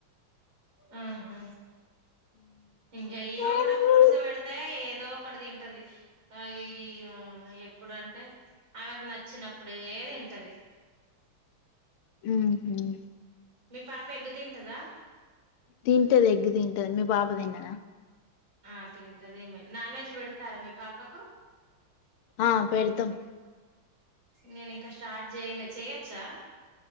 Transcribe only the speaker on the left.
ఉహు
మ్.. హుమ్మ్
తింటది ఎగ్ తింటది మీ పాప తినదా
ఆ పెడుతం